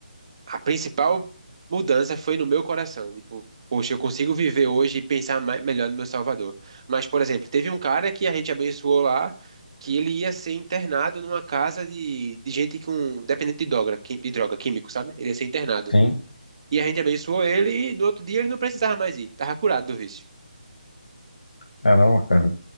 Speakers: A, on the right; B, on the left.
A: A principal mudança foi no meu coração. Tipo, poxa, eu consigo viver hoje e pensar mais, melhor no meu Salvador. Mas, por exemplo, teve um cara que a gente abençoou lá, que ele ia ser internado numa casa de, de gente com dependente de droga, qui- de droga, químico, sabe? Ele ia ser internado.
B: Sim?
A: E a gente abençoou ele e no outro dia ele não precisava mais ir, tava curado do vício.
B: Caramba, cara,